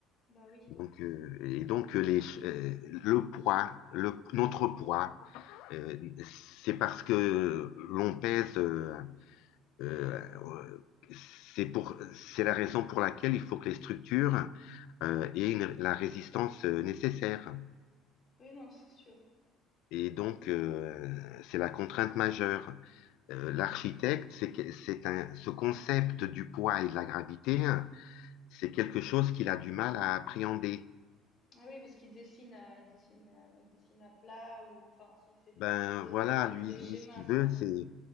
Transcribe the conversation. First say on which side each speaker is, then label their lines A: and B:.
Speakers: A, on the left; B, on the left.
A: Bah oui,
B: Donc, euh, et donc euh, les, ch- euh, le poids, le, notre poids, euh, c'est parce que l'on pèse. euh, euh, euh, c'est pour, c'est la raison pour laquelle il faut que les structures euh, aient une- la résistance euh, nécessaire.
A: oui, non, c'est sûr.
B: Et donc,
A: Mm,
B: euh, c'est la contrainte majeure. Euh,
A: mm,
B: l'architecte,
A: mm.
B: c'est que- c'est un, ce concept du poids et de la gravité, hein, c'est quelque chose qu'il a du mal à appréhender.
A: Ah oui, parce qu'il dessine à, il dessine à, il dessine à plat ou, enfin, s'il fait du
B: Ben
A: 3D,
B: voilà,
A: ça reste
B: lui,
A: des
B: lui
A: schémas,
B: ce qu'il
A: quoi.
B: veut, c'est